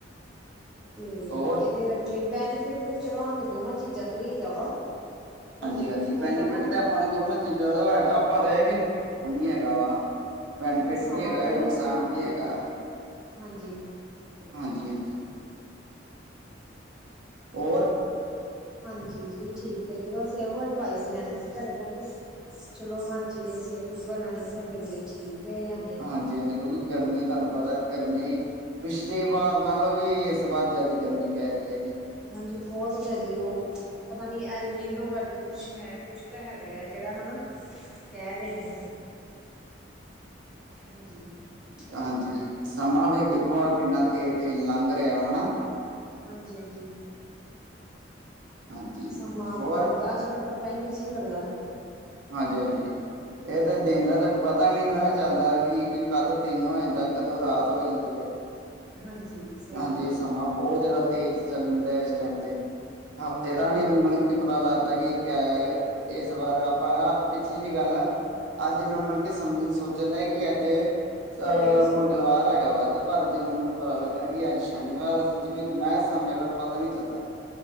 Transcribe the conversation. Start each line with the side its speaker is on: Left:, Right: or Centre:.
Centre: ਤੇ,
Right: ਹੋਰ
Centre: ਏਦੇ ਕਰਕੇ, ਬੈਨੀਫਿਟ, ਤੇ ਚਲੋ ਹਾਨੂੰ ਦੋਹਾਂ ਚੀਜ਼ਾਂ ਤੋਂ ਹੀ ਹੈਗਾ ਵਾ। ਪਰ
Right: ਹਾਂਜੀ-ਹਾਂਜੀ,
Centre: ਦੇਖੋ
Right: ਬੈਨੀਫਿਟ
Centre: ਹਨਾ ਵੀ
Right: ਤੇ ਆਪਾਂ ਨੂੰ ਦੋਨਾਂ ਚੀਜ਼ਾਂ ਦਾ ਹੈਗਾ, ਪਰ ਏ ਕਿ, ਨੀ ਹੈਗਾ ਵਾ। ਬੈਨੀਫਿਟ
Centre: ਨੁਕਸਾਨ
Right: ਵੀ ਹੈਗਾ ਆਂ, ਨੁਕਸਾਨ
Centre: ਹੈ ਤੇ ਹਾਂਜੀ
Right: ਵੀ ਹੈਗਾ।
Centre: ਹਾਂਜੀ।
Right: ਹਾਂਜੀ-ਹਾਂਜੀ। ਔਰ
Centre: ਹਾਂਜੀ ਜੀ, ਠੀਕ ਐ ਜੀ, ਬਸ ਇਹੋ ਅਡਵਾਈਸ ਲੈਣੀ ਸੀ, ਤੁਆਡੇ ਕੋਲ ਕੇ ਚਲੋ ਹਾਂਜੀ, ਅਸੀਂ ਐਕਟਿਵਾ ਲੈਣੀ ਸਾਡੇ ਲੀ ਠੀਕ ਹੈ, ਯਾਂ
Right: ਹਾਂਜੀ-ਹਾਂਜੀ, ਕਿਉਂਕਿ ਗਰਮੀ, ਤਾਨੂੰ ਪਤਾ, ਗਰਮੀ, ਪਿਛਲੀ ਵਾਰ ਨਾਲੋਂ ਵੀ ਤੋਂ ਬਾਦ, ਜਾਦਾ ਗਰਮੀ ਪੈ, ਰੀ ਐ ਜੀ।
Centre: ਹਾਂਜੀ, ਬੋਤ ਜ਼ਾਦੀ ਔ। ਪਤਾ ਨੀ, ਅਲਨੀਨੋ ਕਰਕੇ ਕੁਛ ਹੈ। ਕੁਛ ਤਾਂ ਹੈਗਾ ਐ, ਜਿਹੜਾ, ਹਨਾ, ਕੈ ਰੇ ਨੇ। ਹਾਂਜੀ।
Right: ਹਾਂਜੀ,
Centre: ਤੇ
Right: ਸਮਾਂ ਵੀ ਵੇਖੋ, ਕਿੰਨਾ ਤੇਜ-ਤੇਜ ਲੰਘ ਰਿਆ ਨਾ, ਹਨਾ।
Centre: ਹਾਂਜੀ-ਹਾਂਜੀ,
Right: ਹਾਂਜੀ
Centre: ਸਮਾਂ
Right: ਹੋਰ
Centre: ਬੋਤ ਤੇ ਅੱਜ-ਕੱਲ੍ਹ, ਪਤਾ ਈ ਨੀ, ਜੀ ਲੱਗਦਾ।
Right: ਹਾਂਜੀ-ਹਾਂਜੀ। ਇਹ, ਤੇ ਦਿਨ ਦਾ ਤਾਂ ਪਤਾ ਨੀ ਨਾ ਚੱਲਦਾ। ਕਿ ਕਦ ਦਿਨ ਹੋ ਜਾਂਦਾ, ਕਦੋਂ ਰਾਤ ਹੋ ਜਾਂਦੀ ਐ।
Centre: ਹਾਂਜੀ। ਸਹੀ
Right: ਹਾਂਜੀ,
Centre: ਗੱਲ ਹੈ
Right: ਸਮਾਂ ਬੋਤ ਜਾਦਾ ਤੇਜ਼ ਚੱਲਦਾ ਏਸ ਟੈਮ ਤੇ, ਹਫ਼ਤੇ ਦਾ
Centre: ਹਾਂਜੀ
Right: ਨੀ ਮਤਲਬ ਕਿ ਪਤਾ ਲੱਗਦਾ ਕਿ ਕਿਆ, ਇਸ ਬਾਰ, ਆਪਾਂ, ਪਿੱਛੀ ਜੀ ਗੱਲ ਐ। ਅੱਜ ਮੈਂ, ਮਤਲਬ, ਕੇ ਸਮਝ ਸੋਚਣ ਦਾ ਕਿ ਅੱਜ,
Centre: ਇੱਥੇ
Right: ਅਹ
Centre: ਪਈ ਸੀ
Right: ਮੰਗਲਵਾਰ ਹੈਗਾ ਵਾ। ਤੇ ਪਰ, ਜਦੋਂ ਮੈਨੂੰ ਪਤਾ ਲੱਗਾ ਕਿ, ਅੱਜ ਸ਼ਨੀਵਾਰ ਜਿਵੇ 'ਚ ਮਹਿਸ ਆ ਮੇਰਾ ਪਤਾ ਨੀ ਚੱਲਦਾ,